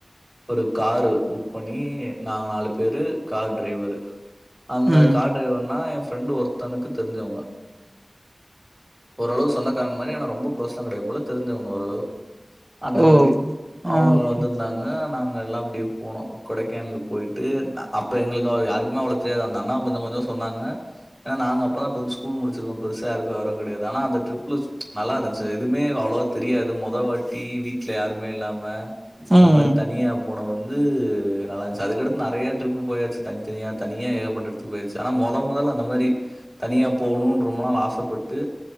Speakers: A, on the right (about 20°); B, on the right (about 40°).
A: ஒரு காரு புக் பண்ணி நாங்க நாலு பேரு கார் டிரைவரு அந்த
B: ம்
A: கார் டிரைவர் அண்ணா எ ஃப்ரெண்டு ஒருத்தனுக்கு தெரிஞ்சவங்க ஓரளவு சொந்தக்காரங்க மாரி ஆனா ரொம்ப க்ளோஸ்லா கெடயாது போல தெரிஞ்சவங்க ஓரளவு அந்த
B: ஓ
A: மாரி
B: ஆ
A: அவுங்க
B: ஓகே
A: வந்துருந்தாங்க நாங்க எல்லா‌ அப்டியே போனோ கொடைக்கானல் போய்ட்டு அப்ப எங்களுக்கு யாருக்குமே அவ்ளோ தெரியாது அந்த அண்ணா கொஞ்சொ கொஞ்சொ சொன்னாங்க ஆ நாங்க அப்பதா ட்வெல்த்து ஸ்கூல் முடிச்சிருக்கோ பெருசா யாரு வெவரோ கெடயாது ஆனா அந்த ட்ரிப்ல நல்லாருந்துச்சி எதுமே அவ்ளவா தெரியாது மொதா வாட்டி வீ ட்ல யாருமே இல்லாம
B: ம்
A: இந்த மாரி தனியா போனது வந்து நல்லாருந்துச்சு அதுக்கடுத்து நறைய டிரிப் போயாச்சு தனித்தனியா தனியா ஏகப்பட்ட எடத்துக்கு போயாச்சு ஆனா மொத மொதல்ல அந்த மாரி தனியா போணுன் ரொம்ப நாள் ஆசப்பட் ட்டு